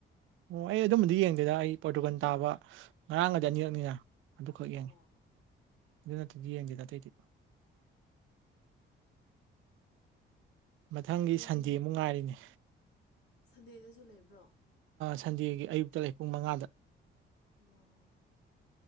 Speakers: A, on the right; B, on the left.
A: ꯑꯣ ꯑꯩ ꯑꯗꯨꯝꯕꯗꯤ ꯌꯦꯡꯗꯦꯗ ꯑꯩ ꯄꯣꯔꯇꯨꯒꯥꯟ ꯇꯥꯕ ꯉꯔꯥꯡꯒꯗꯤ ꯑꯅꯤꯔꯛꯅꯤꯅ ꯑꯗꯨꯈ ꯌꯥꯅꯤ
B: ꯑꯣ
A: ꯑꯗꯨꯗꯤ ꯌꯦꯦꯗ ꯇꯇ ꯃꯊꯪꯒꯤ
B: ꯌꯦꯡꯃꯤꯟ
A: ꯁꯟꯗꯦ ꯑꯃꯨꯛ ꯉꯥꯏꯔꯤꯅꯦ
B: ꯁꯟꯗꯦꯗꯁꯨ ꯂꯩꯕ꯭ꯔꯣ
A: ꯁꯟꯗꯦꯒꯤ ꯑꯌꯨꯛꯇ ꯄꯨꯡ ꯃꯉꯥꯗ
B: ꯋꯥ